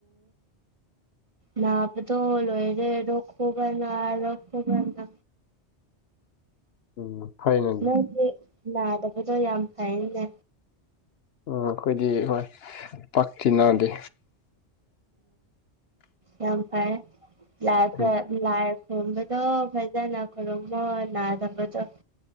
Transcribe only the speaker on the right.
ꯅꯕꯗꯣꯂꯣꯔꯦ ꯔꯈꯣ ꯀꯅꯛꯣ ꯀꯅ
ꯅꯪꯗꯤ ꯅꯥꯗꯕꯗꯣ ꯌꯥꯝ ꯐꯩꯅꯦ
ꯌꯥꯝꯝ ꯐꯥꯏꯦ ꯂꯥꯏ
ꯂꯥꯏ ꯈꯨꯔꯨꯝꯕꯗꯣ ꯐꯖꯅ ꯈꯨꯔꯨꯝꯃꯣ ꯅꯥꯗꯕꯗꯣ